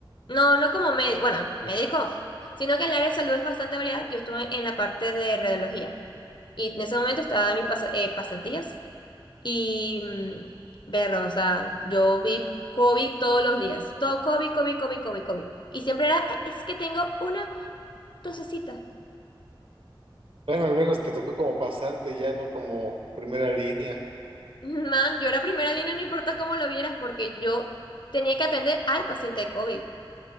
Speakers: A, on the left; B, on the right.
A: No, no como médico, bueno, médico, sino que el área de salud es bastante variada. Yo estuve en la parte de radiología. Y en ese momento estaba en mis pas- eh, pasantías. Y mm, verlo, o sea, yo vi COVID todos los días. Todo COVID, COVID, COVID, COVID, COVID. Y siempre era, "Ay, es que tengo una tosecita. <laughs>
B: Bueno, al menos te tocó como pasante, ya no como primera línea.
A: Man, yo era primera línea, no importa cómo lo vieras, porque yo tenía que atender al paciente de COVID.